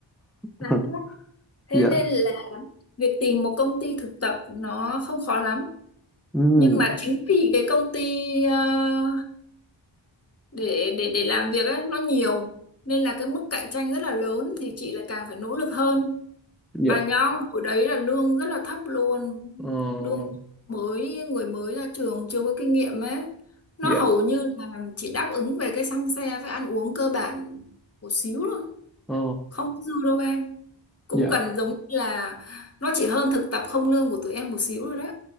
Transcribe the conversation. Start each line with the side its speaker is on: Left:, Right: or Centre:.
Centre: không?
Left: Đáng lắm.
Centre: <laughs>
Left: Thế
Centre: dạ
Left: nên là việc tìm một công ty thực tập nó không khó lắm.
Centre: Ừm,
Left: Nhưng mà chính vì cái công ty ờ, để để để làm việc ấy nó nhiều nên là cái mức cạnh tranh rất là lớn thì chị lại càng phải nỗ lực hơn.
Centre: dạ
Left: Mà nhóm hồi đấy là lương rất là thấp luôn.
Centre: Ờ,
Left: Lương mới người mới ra trường chưa có kinh nghiệm ấy. Nó
Centre: dạ
Left: hầu như là chỉ đáp ứng về cái xăng xe với ăn uống cơ bản một xíu thôi
Centre: Ờ,
Left: không dư đâu em cũng
Centre: dạ
Left: gần giống như là nó chỉ hơn thực tập không lương của tụi em một xíu rồi đấy